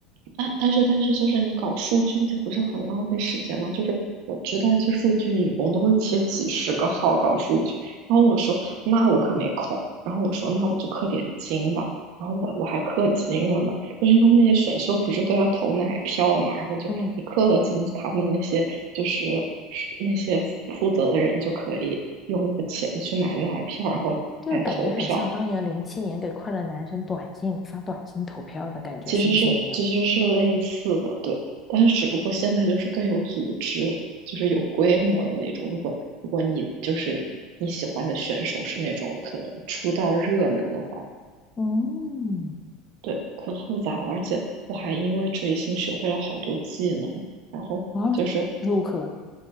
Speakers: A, on the right; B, on the left.
A: 但但是但是就是你搞数据那些不是很浪费时间吗？就是我知道就数据女工都会切几十个号搞数据，然后我说那我可没空，然后我说那我就氪点金吧，然后我我还氪金了呢，就是因为那些选秀不是都要投奶票嘛，然后就你氪了金，
B: 嗯，
A: 他们那些就是是那些负负责的人就可以用那个钱去买奶票，然后来投票，
B: 这个感觉很像当年零七年给快乐男生短信发短信投票的感觉，
A: 其实是其实是类似的，
B: 是不是一样？
A: 对，但是只不过现在就是更有组织，就是有规模的那种。如果如果你就是你喜欢的选手是那种可能出道热门的话，
B: 嗯，
A: 对，可复杂了。而且我还因为追星学会了好多技能，然后就是
B: 哦，如何？